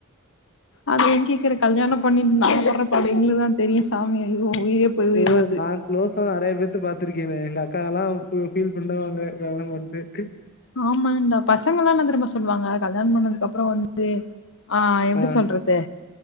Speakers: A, on the left; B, on the left.
A: அத ஏ கேக்குற கல்யாணம் பண்ணிட்டு நாங்க பட்ர பாடு எங்குளுக்குதா தெரியு சாமி ஐயோ உயிரே போய் உயிர்
B: போ
A: வருது
B: நா க்ளோஸா நெறையப்பேத் பாத்துருக்கேனே எங்க அக்காலா ஃபீல் பண்ணுவாங்க கல்யாணம் பண்ட்டு
A: ஆமாண்டா பசங்களா என்ன தெரியுமா சொல்லுவாங்க கல்யாணம் பண்ணது க்கப்புறம் வந்து ஆஹ் எப்டி
B: ஆ,
A: சொல்ரது